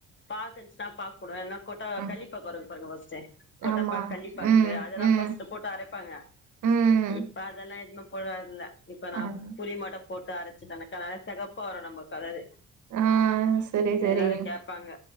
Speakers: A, on the left; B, on the right.
A: பாக்கு இருந்துச்சுன்னா பாக்கு போடுவ இல்லனா கொட்ட
B: ம்
A: கள்ளி பாக்கு வருது பாருங்க ஃபஸ்ட்டே கொட்டப்
B: ஆமா
A: பாக் கள்ளிப் பாக்கு
B: ம்
A: அதெல்லா
B: ம்
A: ஃபஸ்ட் போட்டு அரைப்பாங்க
B: ம்
A: இப்ப அதெல்லா எதுவுமே போடறதில்ல இப்ப நா
B: அது
A: புளி மட்டு போட்டு அரச்சுட்டனே னாலே செகப்பா வரு நம்ம கலரு
B: ஆ செரி செரி
A: எல்லாரு கேப் ப்பாங்க